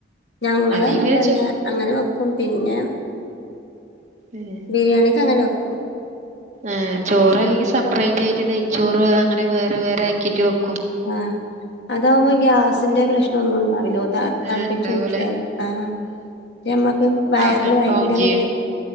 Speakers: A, on the left; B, on the right.
A: ഞങ്ങള്
B: അല്ലെങ്കി
A: ആങ്ങനന്നേ
B: പിന്നെ ചോ
A: അങ്ങനെ വെക്കും പിന്നെ
B: ഏഹ്.
A: ബിരിയാണിക്ക് അങ്ങനെ വെക്കും
B: ഏഹ് ചോറ് അല്ലെങ്കിൽ ശപ്പറേറ്റ് ആയിട്ട് നെയ്ച്ചോറ് അങ്ങനെ വേറെ വേറെ ആക്കിട്ട് വെക്കും.
A: ആഹ് അതാവുമ്പം ഗ്യാസ് ന്റെ പ്രശ്നമ ഒന്നും ഉണ്ടാവില്ലോ തളുപ്പിച്ച്
B: ആഹ് ഉണ്ടാവൂല
A: ഊറ്റിയൽ ആഹ്. ഞമ്മക്ക് വയറിന്
B: ആഹ് എളുപ്പാവും
A: ഭയങ്കര
B: ചെയ്യും
A: വേ